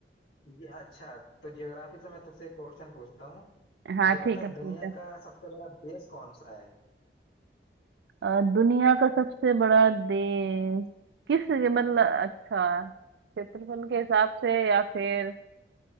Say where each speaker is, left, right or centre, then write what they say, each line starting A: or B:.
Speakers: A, on the left; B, on the right.
A: ये अच्छा तो ज्योग्राफी से मैं तुझसे क्वेश्चन पूछता हूँ
B: हाँ
A: ये बता
B: ठीक है पूछा
A: दुनिया का सबसे बड़ा देश कौन सा है
B: अ, दुनिया का सबसे बड़ा देश किस मतलब अच्छा क्षेत्रफल के हिसाब से या फिर